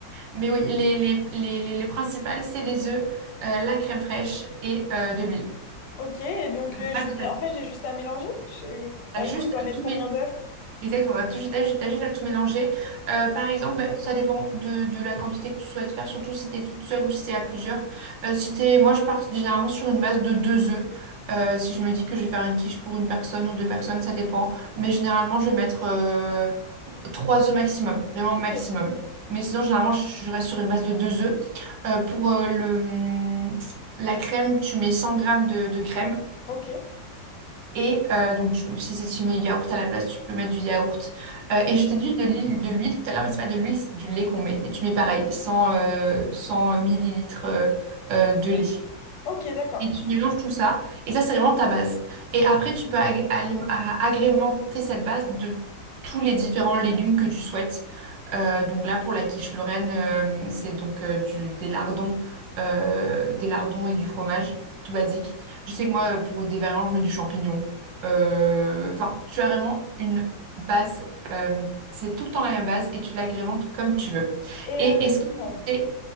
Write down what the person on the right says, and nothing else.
Mais oui, les, les, les, les, les principales, c'est les œufs, euh, la crème fraîche et euh, de l'huile.
Pas
de taille.
T'as
juste
à
tout,
mé-
Exactement, t'as juste, t'as juste- t'as juste à tout mélanger. Euh, par exemple, bah, ça dépend de, de la quantité que tu souhaites faire, surtout si t'es toute seule ou si t'es à plusieurs. Euh, si t'es, moi, je pars généralement sur une base de deux œufs. Euh, si je me dis que je vais faire une quiche pour une personne ou deux personnes, ça dépend. Mais généralement, je vais mettre euh, trois œufs maximum, vraiment maximum.
Mais sinon, généralement, je je reste sur une base de deux œufs. Euh, pour euh, le, hum, la crème, tu mets 100 grammes de, de crème.
Et euh, donc, tu, si, si tu mets du yaourt à la place, tu peux mettre du yaourt. Euh, et je t'ai dit de l'huile, de l'huile tout à l'heure, mais c'est pas de l'huile, c'est du lait qu'on met. Et tu mets pareil, 100, euh, 100 millilitres euh, euh, de lait.
Et tu mélanges tout ça. Et ça, c'est vraiment ta base. Et après, tu peux ag- alim- a- agrémenter cette base de tous les différents légumes que tu souhaites. Euh, donc là, pour la quiche Lorraine, euh, c'est donc euh, du, des lardons, euh, des lardons et du fromage, tout basique. Je sais que moi, euh, pour des variantes je mets du champignon. Euh, Enfin, tu as vraiment une base. euh, c'est tout le temps la même base et tu l'agrémentes comme tu veux.
Et
est-ce que tu
sais